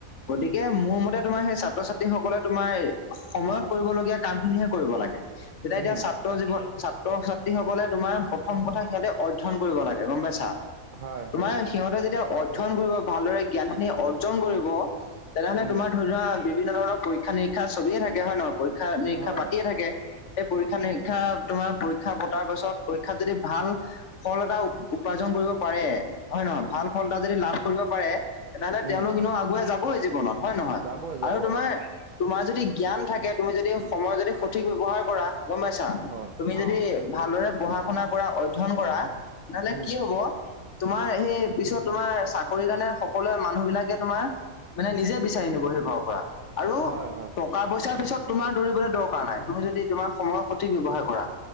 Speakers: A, on the left; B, on the right.
A: গতিকে মোৰ মতে তোমাৰ সেই ছাত্ৰ ছাত্ৰী সকলে তোমাৰ সময়ত কৰিবলগীয়া কাম খিনিহে কৰিব লাগে যেতিয়া এতিয়া
B: উম
A: ছা- ছাত্ৰ জীৱন ছাত্ৰ ছাত্ৰীসকলে তোমাৰ প্ৰথম কথা সিহঁতে অধ্যয়ন কৰিব লাগে গম পাইছা
B: হয়
A: তোমাৰ
B: হয়
A: সিহঁতে যেতিয়া অধ্যয়ন কৰিব ভালদৰে জ্ঞানখিনি অৰ্জন কৰিব তেনেহলে
B: উম
A: তোমাৰ ধৰি ধৰা বিভিন্ন ধৰণৰ পৰীক্ষা নিৰিক্ষা চলিয়ে থাকে হয় ন পৰীক্ষা নিৰীক্ষায়
B: হয়
A: থাকে এই পৰীক্ষা নিৰীক্ষা তোমাৰ পৰীক্ষা পতাৰ পাছত পৰীক্ষাত যদি ভাল ফল এটা উপাৰ্জন কৰিব পাৰে। হয় নহয় ভাল ফল এটা যদি লাভ কৰিব পাৰে তেনেহলে তেওঁলোক
B: উম
A: ইনেও আগুৱাই যাবই জীৱনত হয় নহয়
B: যাবই যাবই
A: আৰু তোমাৰ তোমাৰ যদি জ্ঞান থাকে তুমি যদি সময় যদি সঠিক ব্যৱহাৰ কৰা গম পাইছা
B: হয়
A: তুমি
B: অ
A: যদি ভালদৰে পঢ়া শুনা কৰা অধ্যয়ন কৰা নহলে
B: উম
A: কি হব, তোমাৰ সেই পিছত তোমাৰ চাকৰি কাৰণে সকলোৱে মানুহ বিলাকে তোমাৰ মানে নিজে বিচাৰি নিব সেই ঘৰৰ পৰা আৰু
B: হয় হয়
A: টকা পইচাৰ পিছত তোমাৰ দৌৰিবলৈ দৰকাৰ নাই, তুমি যদি তোমাৰ সময়ৰ সঠিক ব্যৱহাৰ কৰা।